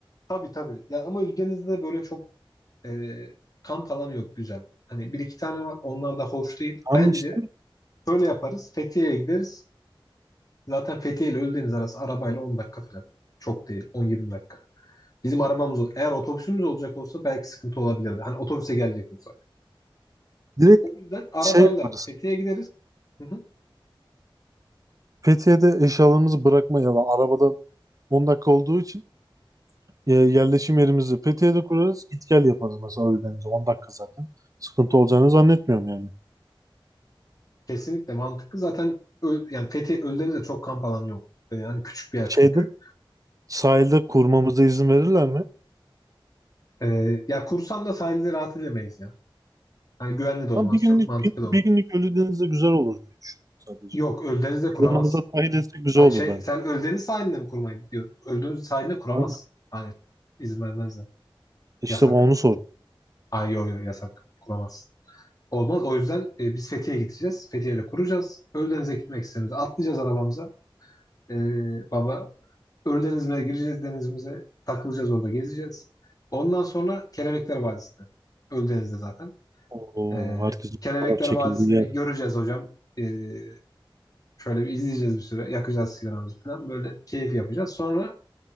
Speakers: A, on the left (about 40°); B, on the right (about 40°).
A: tabii tabii. Ya ama Ölüdeniz'de de böyle çok e, kamp alanı yok güzel. Hani bir iki tane var. Onlar da hoş değil.
B: Tamam
A: Bence
B: işte.
A: şöyle yaparız. Fethiye'ye gideriz. Zaten Fethiye ile Ölüdeniz arası arabayla 10 dakika falan. Çok değil. 10-20 dakika. Bizim arabamız ol- eğer otobüsümüz olacak olsa belki sıkıntı olabilirdi. Hani otobüse gelecek olsa.
B: Direkt
A: O yüzden arabayla
B: şey yaparız.
A: Fethiye'ye gideriz. Hı hı.
B: Fethiye'de eşyalarımızı bırakmayalım. Arabada 10 dakika olduğu için e, yerleşim yerimizi Fethiye'de kurarız. Git gel yaparız mesela Ölüdeniz'e. 10 dakika zaten. Sıkıntı olacağını zannetmiyorum yani.
A: Kesinlikle mantıklı. Zaten Ö- yani Fethiye Ölüdeniz'de çok kamp alanı yok. Yani hani küçük bir yer
B: Şeyde
A: çünkü.
B: sahilde kurmamıza izin verirler mi?
A: Ee, ya kursam da sahilde rahat edemeyiz ya. Hani güvenli de olmaz.
B: Ama bir günlük
A: Çok mantıklı
B: bir,
A: da
B: bir
A: olur.
B: günlük Ölüdeniz'de güzel olur diye düşünüyorum sadece.
A: Yok Ölüdeniz'de kuramaz.
B: Planımıza dahil etsek güzel
A: Ha,
B: olur
A: şey,
B: bence.
A: sen Ölüdeniz sahiline mi kurmayı diyor? Ölüdeniz sahiline kuramaz.
B: Aynen.
A: Hayır. İzin vermezler.
B: İşte
A: Yasak.
B: bu onu soruyorum.
A: Ay yo yo yasak. Kuramaz. Olmaz. O yüzden e, biz Fethiye'ye gideceğiz. Fethiye'yle kuracağız. Ölüdeniz'e gitmek istediğimizde atlayacağız arabamıza. Ee, baba Ölü denizine gireceğiz denizimize. Takılacağız orada gezeceğiz. Ondan sonra Kelebekler Vadisi'nde. Ölü denizde zaten.
B: Oo,
A: Ee,
B: herkesin
A: Kelebekler
B: fotoğraf çekildiği
A: Vadisi'ni
B: yer.
A: bir göreceğiz hocam. Ee, şöyle bir izleyeceğiz bir süre. Yakacağız sigaramızı falan. Böyle keyif yapacağız. Sonra